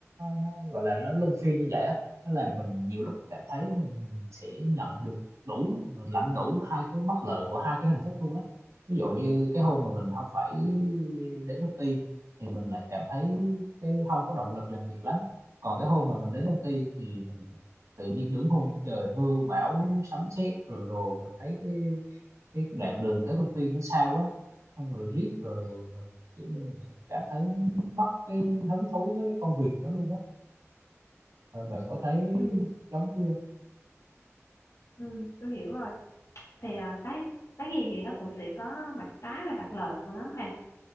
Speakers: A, on the right (about 80°); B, on the left (about 80°).
A: nó gọi là nó luân phiên như vậy á nó làm mình nhiều lúc cảm thấy mình sẽ nhận được đủ lãnh đủ hai cái bất lợi của hai cái hình thức luôn á ví dụ như cái hôm mà mình không phải đến công ty thì mình lại cảm thấy cái không có động lực làm việc lắm còn cái hôm mà mình đến công ty thì mình tự nhiên đúng hôm trời mưa bão sấm sét rồi đồ mình thấy cái cái đoạn đường tới công ty nó xa quá xong rồi riết rồi mình kiểu như mình cảm thấy mất cái hứng thú với cái công việc đó luôn á và bà có thấy
B: ừ,
A: giống chưa
B: ừ, tôi hiểu rồi thì ờ, cái cái gì thì nó cũng sẽ có mặt trái và mặt lợi của nó mà